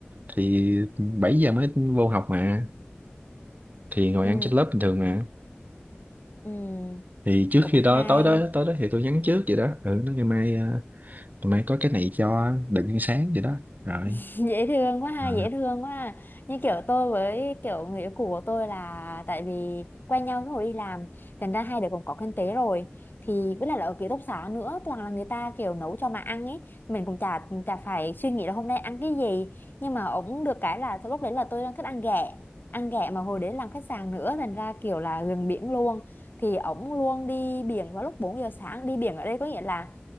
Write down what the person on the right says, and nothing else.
thì 7 giờ mới vô học mà thì ngồi
ăn trên lớp bình thường mà
thì trước
khi
đó tối đó tối đó thì tôi nhắn trước vậy đó ừ nó ngày mai à, ngày mai có cái này cho đừng ăn sáng vậy đó rồi
Ừ.